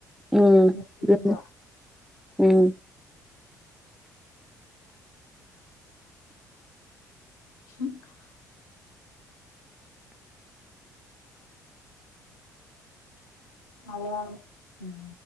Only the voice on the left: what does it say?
ꯃꯦꯁꯤꯗꯣ
<unintelligible> ꯑꯋꯥ ꯎꯝ